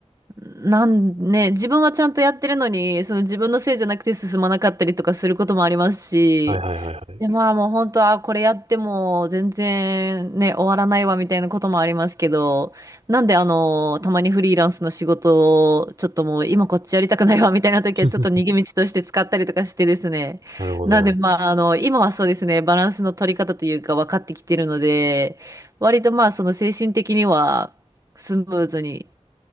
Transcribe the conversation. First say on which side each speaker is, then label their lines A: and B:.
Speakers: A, on the right; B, on the right.
A: なんね、自分はちゃんとやってるのに、その自分のせいじゃなくて進まなかったりとかすることもありますし、
B: はいはいはいはい。
A: で、まあもう本当はこれやっても全然ね、終わらないわみたいなこともありますけど、なんであの、たまにフリーランスの仕事をちょっともう今こっちやりたくないわみたいな時はちょっと逃げ道として使ったりとかしてですね。
B: <laughs> なるほど。
A: なんでまああの、今はそうですね、バランスの取り方というか分かってきてるので、割とまあその精神的にはスムーズに